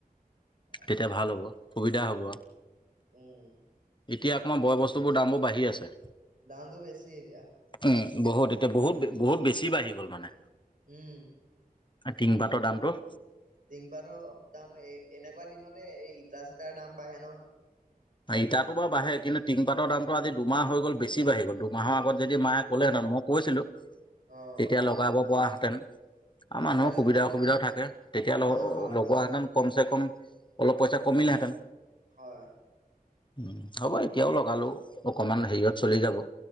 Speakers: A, on the right; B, on the left.
A: হয়
B: তেতিয়া
A: হয়
B: ভাল হ'ব সুবিধা হ'ব।
A: উম।
B: এতিয়া অকমান বয় বস্তুবোৰ দামবোৰ বাঢ়ি আছে।
A: দামটো বেছি এতিয়া।
B: উম বহুত এতিয়া বহুত বহুত বেছি বাঢ়ি গ'ল মানে।
A: উম।
B: টিং পাটৰ দামটো,
A: টিংপাত দাম এই এনেকুৱা দিনতে এই ইটা চিটাৰ দাম বাঢ়ে নহয়।
B: ইতাতো বাঢ়ে কিন্তু তিংপাতৰ দামটো আজি দুমাহ হৈ গ'ল বেছি বাঢ়ি গল দুমাহৰ আগত যদি মায়ে ক'লেহেতে মই কৈছিলো
A: অ
B: তেতিয়া
A: অ
B: লগাব পৰা হেতেন আৰু মানুহৰ
A: তেতিয়া লগোৱাহেঁতেন
B: সুবিধা অসুবিধাও থাকে, তেতিয়া
A: অ হয়
B: লগোৱা
A: হয়
B: হেতেন কম চে কম অলপ পইচা কমিলে হেঁতেন।
A: হয়।
B: উ হ'ব এতিয়াও লগালো অকমান হেৰিয়ত চলি যাব।